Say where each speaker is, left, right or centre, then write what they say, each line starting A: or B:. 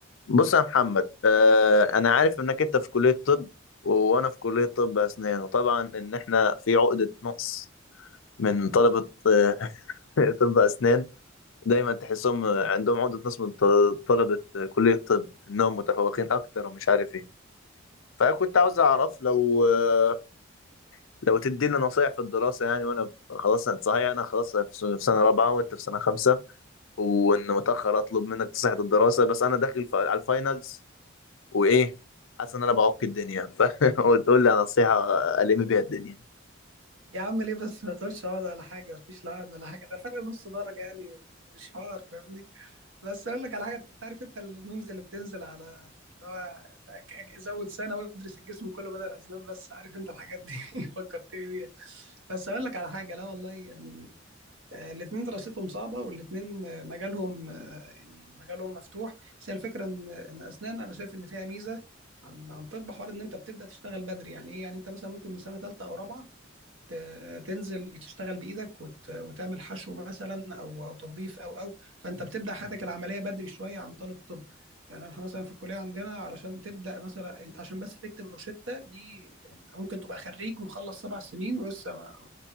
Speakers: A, on the left; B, on the right.
A: بص يا محمد آه انا عارف انك انت في كلية طب وانا في كلية طب اسنان وطبعا ان احنا في عقدة نقص من طلبة آه، <laughs> طب اسنان دايما تحسهم عندهم عقدة نقص من ط- طلبة كلية طب انهم متفوقين اكتر ومش عارف ايه فكنت عاوز اعرف لو آه، لو تدينا نصايح في الدراسة يعني وانا خلاص أنا- صحيح انا خلاص في سنة في سنة رابعة وانت في سنة خمسة وان متأخر اطلب منك نصيحة الدراسة بس انا داخل في- على الفاينلز وايه حاسس ان انا بعك الدنيا <laughs> فقول لي على نصيحه الم بيها الدنيا
B: يا عم ليه بس ما تقولش عقد ولا حاجه مفيش لا عقد ولا حاجه ده فرق نص درجه يعني مش حوار فاهمني بس اقول لك على حاجه انت عارف انت الميمز اللي بتنزل على اللي هو أك- أك- زود سنه وادرس الجسم كله بدل الاسنان بس عارف انت الحاجات دي <laughs> فكرتني بيها بس اقول لك على حاجه لا والله يعني آه، الاتنين دراستهم صعبه والاتنين آه، مجالهم آه، يعني مجالهم مفتوح بس هي الفكره ان ان اسنان انا شايف ان فيها ميزه عن عن طب حوار ان انت بتبدا تشتغل بدري يعني ايه يعني انت مثلا ممكن من سنه ثالثه او رابعه ت- تنزل تشتغل بايدك وت... وتعمل حشو مثلا او او تنظيف او او فانت بتبدا حياتك العمليه بدري شويه عن طالب طب يعني احنا مثلا في الكليه عندنا علشان تبدا مثلا انت عشان بس تكتب روشته دي انت ممكن تبقى خريج ومخلص سبع سنين ولسه ما